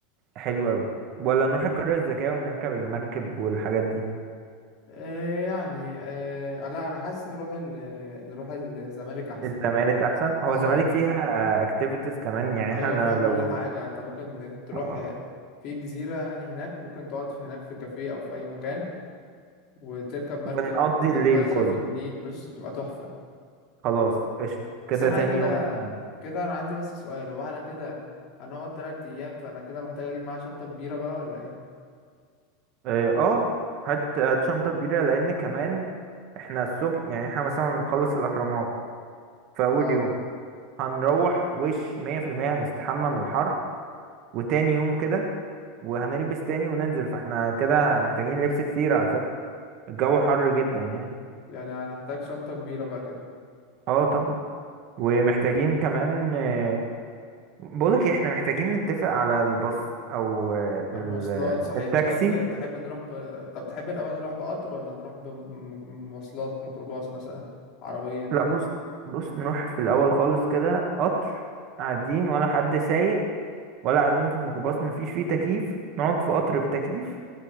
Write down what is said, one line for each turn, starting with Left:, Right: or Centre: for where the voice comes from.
Right: حلو قوي ولا نروح القرية الذكية ونركب المركب والحاجات دي
Left: إيه يعني إيه لا انا حاسس نروح ال... نروح الزمالك احسن
Right: الزمالك احسن هو
Left: اه
Right: الزمالك فيها اكتيفيتيز كمان يعني
Left: ايوه
Right: احنا
Left: فيها كل
Right: لو
Left: حاجه انت ممكن تروح
Right: آه.
Left: في جزيره يعني هناك ممكن تقعد في هناك في كافيه او في اي مكان وتركب مركب
Right: ونقضي
Left: وتتمشى
Right: الليل كله
Left: في النيل بص بتبقى تحفه
Right: خلاص قشطة كده
Left: بس احنا
Right: تاني
Left: كده
Right: يوم احنا
Left: كده انا عندي بس سؤال هو احنا كده هنقعد تلات ايام فانا كده محتاج اجيب معايا شنطه كبيره بقى ولا ايه
Right: اه آه، هات هات شنطة كبيرة لان كمان احنا الصبح يعني احنا مثلا نخلص الاهرامات في اول
Left: اه
Right: يوم هنروح وش مية في المية هنستحمى من الحر وتاني يوم كده وهنلبس تاني وننزل فاحنا كده محتاجين لبس كتير على فكرة الجو حر جدا يعني
Left: يعني هنحتاج شنطه كبيره بقى كده
Right: اه طبعا ومحتاجين كمان آه، بقولك إيه، احنا محتاجين نتفق على الباص او آه، ال-
Left: المواصلات صحيح
Right: التاكسي
Left: تحب تحب نروح ب... طب تحب الاول نروح بقطر ولا نروح بمواصلات ميكروباص مثلا عربيه
Right: لا بص بص نروح في الاول خالص كده قطر قاعدين ولا حد سايق ولا قاعدين في الميكروباص مفيش فيه تكييف نقعد في قطر بتكييف